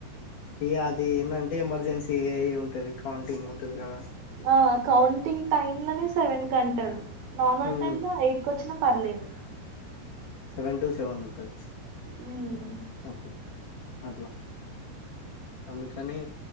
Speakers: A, on the left (about 65°); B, on the right (about 70°).
A: ఇగ అది ఏందంటే ఎమర్జెన్సీ ఏ ఐ ఉంటది కౌంటింగ్ ఉంటది కదా
B: ఆ కౌంటింగ్ టైమ్ లోనే సెవెన్ కి అంటారు నార్మల్
A: ఉమ్
B: టైమ్ లో ఎయిట్కొచ్చిన పర్లేదు
A: సేవన్ టూ సెవెన్ ఉంటది
B: ఉమ్
A: అప్పుడు అట్లా అందుకని